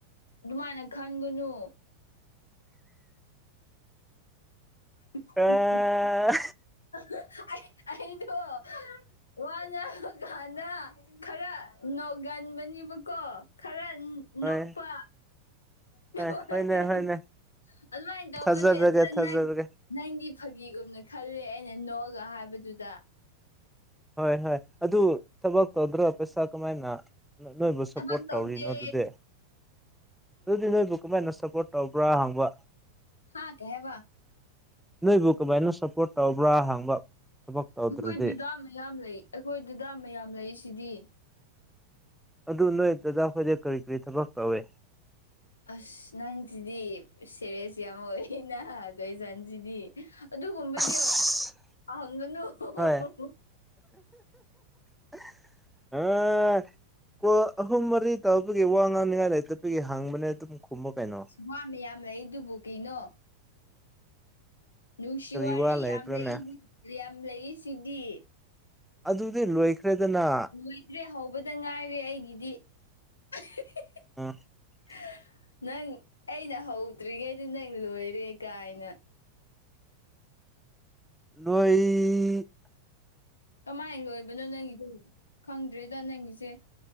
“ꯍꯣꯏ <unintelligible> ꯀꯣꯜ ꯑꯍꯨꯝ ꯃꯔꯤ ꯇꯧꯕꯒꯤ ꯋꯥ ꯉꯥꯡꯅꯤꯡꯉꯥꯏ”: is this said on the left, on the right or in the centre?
Centre